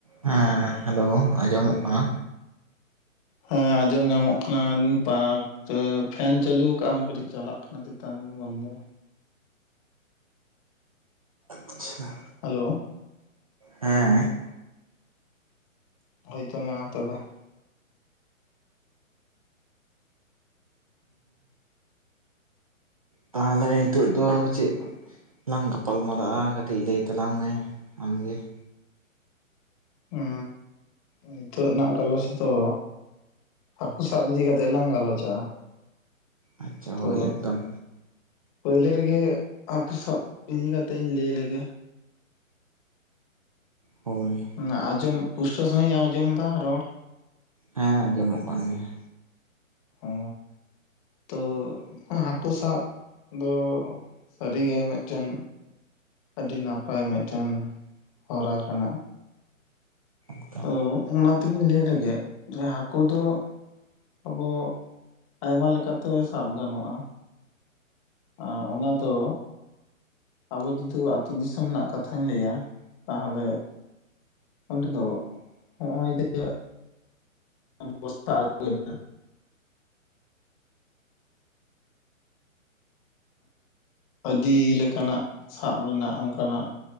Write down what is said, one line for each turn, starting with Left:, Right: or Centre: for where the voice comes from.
Right: ᱦᱮᱸ ᱦᱮᱞᱳ ᱟᱸᱡᱚᱢᱚᱜ ᱠᱟᱱᱟ
Left: ᱦᱮᱸ ᱟᱸᱡᱚᱢ ᱧᱟᱢᱚᱜ ᱠᱟᱱᱟ ᱯᱟᱨᱠ ᱛᱚ ᱯᱷᱮᱱ ᱪᱟᱹᱞᱩ ᱠᱟᱜᱢ ᱠᱟᱹᱴᱤᱡ ᱪᱟᱞᱟᱜ ᱠᱟᱱᱟ ᱪᱮᱛᱟᱱ ᱨᱮ ᱵᱚᱱᱫᱚ
Right: ᱟᱪᱪᱷᱟ
Left: ᱦᱟᱞᱳ
Right: ᱦᱮᱸ
Left: ᱦᱚᱭᱛᱚ ᱢᱟ ᱛᱚᱵᱮ ᱾
Right: ᱛᱟᱦᱚᱞᱮ ᱱᱤᱛᱚᱜ ᱫᱚ ᱪᱮᱫ ᱞᱟᱝ ᱜᱟᱯᱟᱞ ᱢᱟᱨᱟᱜᱼᱟ ᱠᱟᱹᱴᱤᱡ ᱞᱟᱹᱭ ᱛᱟᱞᱟᱝ ᱢᱮ ᱟᱢᱜᱮ ᱾
Left: ᱦᱩᱸ ᱱᱤᱛᱚᱜ ᱨᱮᱱᱟᱜ ᱜᱟᱞᱚᱥ ᱫᱚ ᱦᱟᱹᱠᱩ ᱥᱟᱵ ᱤᱫᱤ ᱠᱟᱛᱮᱫ ᱞᱟᱝ ᱜᱟᱞᱚᱪᱼᱟ
Right: ᱟᱪᱪᱷᱟ
Left: ᱛᱚ
Right: ᱦᱳᱭ ᱮᱠᱫᱚᱢ
Left: ᱯᱳᱭᱞᱳ ᱨᱮᱜᱮ ᱦᱟᱹᱠᱩ ᱥᱟᱵ ᱤᱫᱤ ᱠᱟᱛᱮ ᱤᱧ ᱞᱟᱹᱭ ᱞᱮᱜᱮ
Right: ᱦᱳᱭ
Left: ᱟᱸᱡᱚᱢ ᱯᱩᱥᱴᱟᱹᱣ ᱥᱟᱹᱦᱤᱡᱮᱢ ᱟᱸᱡᱚᱢ ᱫᱟ ᱨᱚᱲ
Right: ᱦᱮᱸ ᱟᱸᱡᱚᱢᱚᱜ ᱠᱟᱱ ᱜᱮᱭᱟ
Left: ᱚ ᱛᱚ ᱦᱟᱹᱠᱩ ᱥᱟᱵ ᱫᱚ ᱥᱟᱹᱨᱤᱜᱮ ᱢᱤᱫᱴᱮᱱ ᱟᱹᱰᱤ ᱱᱟᱯᱟᱭ ᱢᱤᱫᱴᱮᱱ ᱦᱚᱨᱟ ᱠᱟᱱᱟ
Right: ᱮᱠᱫᱚᱢ
Left: ᱛᱚ ᱚᱱᱟ ᱛᱮᱜᱤᱧ ᱞᱟᱹᱭ ᱞᱮᱜᱮ ᱡᱮ ᱦᱟᱹᱠᱩ ᱫᱚ ᱟᱵᱚ ᱟᱭᱢᱟ ᱞᱮᱠᱟᱛᱮ ᱥᱟᱵ ᱜᱟᱱᱚᱜᱼᱟ ᱟ ᱚᱱᱟ ᱫᱚ ᱟᱵᱚ ᱡᱩᱫᱤ ᱟᱹᱛᱳ ᱫᱤᱥᱚᱢ ᱨᱮᱱᱟᱜ ᱠᱟᱛᱷᱟᱧ ᱞᱟᱹᱭᱟ ᱛᱟᱦᱚᱞᱮ ᱚᱸᱰᱮ ᱫᱚ ᱦᱚᱸᱜᱼᱚᱭ <unintelligible> ᱫ ᱵᱚᱨᱟ ᱟᱹᱜᱩᱭᱱᱟ ᱟᱹᱰᱤ ᱞᱮᱠᱟᱱᱟᱜ ᱥᱟᱵ ᱨᱮᱱᱟᱜ ᱚᱱᱠᱟᱱᱟᱜ